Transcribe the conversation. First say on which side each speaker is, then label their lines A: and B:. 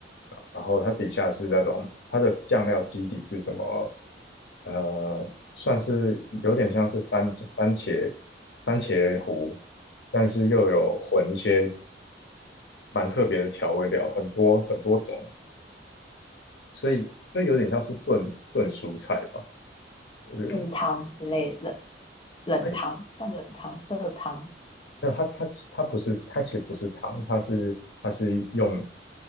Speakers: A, on the left; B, on the left.
A: 然后它底下是那种它的酱料基底是什么？呃，算是有点像是番番茄番茄糊，但是又有混一些蛮特别的调味料，很多很多种，所以所以有点像是炖炖蔬菜吧，
B: <laughs>
A: 我觉得。
B: 炖汤之类冷冷汤算冷汤热汤
A: 哎，它那它它它不是它其实不是汤，它是它是用